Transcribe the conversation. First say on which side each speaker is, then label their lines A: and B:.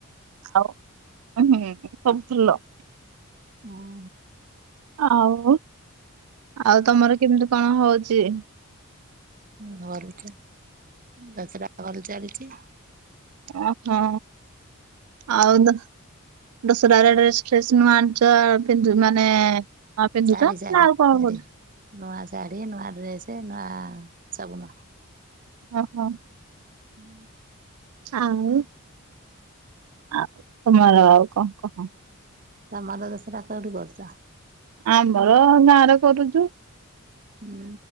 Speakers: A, on the right (about 90°); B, on the right (about 40°).
A: ଆଉ ହୁଁ ସବୁ ଭଲ।
B: ଓହୋ।
A: ଆଉ ଆଉ ତମର କେମିତି କଣ ହଉଚି?
B: ହଁ ଭଲ ଦଶରା ଭଲ ଚାଲଛି।
A: ଉଁ ହୁଁ ଆଉ ଦ ଦଶରାରେ ଡ୍ରେସ ଫ୍ରେସ ନୂଆ ଆଣିଚ ପିନ୍ଧୁ ମାନେ ହଁ ପିନ୍ଧୁଚ
B: ଶାଢ଼ୀ ଶାଢ଼ୀ
A: ନା କଣ
B: ଶାଢ଼ୀ
A: କରୁ
B: ନୂଆ ଶାଢ଼ୀ, ନୂଆ ଡ୍ରେସେ, ନୂଆ ସବୁ ନୂଆ।
A: ଓହୋ।
B: ହୁଁ।
A: ଆଉ ଆ ତମର ଆଉ କଣ କହ?
B: ତମର <unintelligible> କୋଉଠି କରୁଚ?
A: ଆମର ଗାଁରେ କରୁଚୁ?
B: ହୁଁ